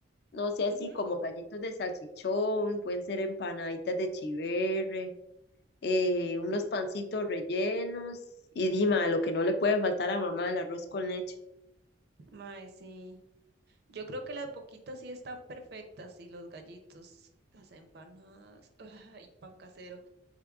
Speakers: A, on the left; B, on the right.
A: No sé,
B: Ujú,
A: así como gallitos de salchichón, pueden ser empanaditas de chiverre. eh,
B: ujú.
A: unos pancitos rellenos y Dima, lo que no le puede faltar a mamá, el arroz con leche.
B: Mae, sí. Yo creo que las boquitas sí están perfectas y los gallitos, las empanadas, <laughs> y pan casero.